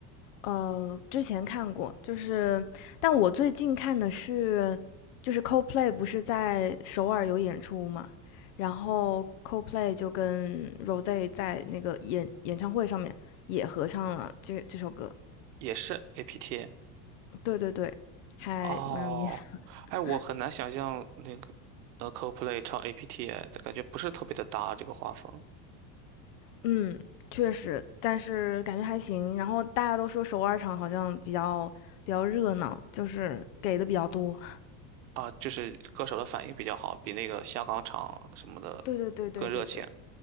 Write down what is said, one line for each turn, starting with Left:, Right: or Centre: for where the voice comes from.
Left: 呃，之前看过，就是，但我最近看的是，就是 Coldplay 不是在首尔有演出嘛，然后 Coldplay 就跟 r o s e 在那个演演唱会上面也合唱了这这首歌，
Right: 也是 APT。
Left: 对对对，还蛮有意思。
Right: 哦，哎，我很难想象那个
Left: <laughs>
Right: 呃 Coldplay 唱 APT，哎感觉不是特别的搭这个画风
Left: 嗯，确实，但是感觉还行。然后大家都说首尔场好像比较比较热闹，就是给的比较多。<laughs>
Right: 啊，就是歌手的反应比较好，比那个香港场什么的
Left: 对对对对对对。
Right: 更热情。